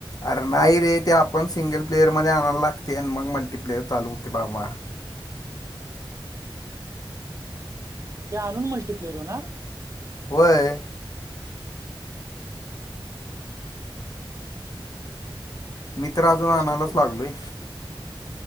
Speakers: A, on the left (about 45°); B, on the right (about 35°).
A: अर नाही रे ते आपण सिंगल प्लेयरमध्ये आणायला लागते आणि मग मल्टीप्लेयर चालू होते बाबा.
B: ते आणून मल्टीप्लेअर होणार?
A: व्हय. मी तर अजून
B: बेस्ट
A: आणायलाच
B: ऑफ लक
A: लागलोय.
B: ब्रो